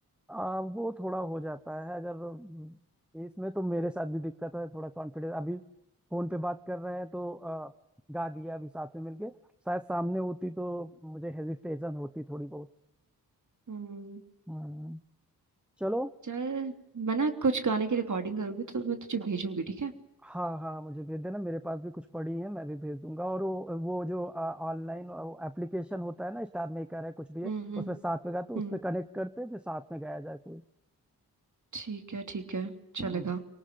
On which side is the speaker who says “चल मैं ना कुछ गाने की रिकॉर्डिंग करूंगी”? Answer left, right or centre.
Right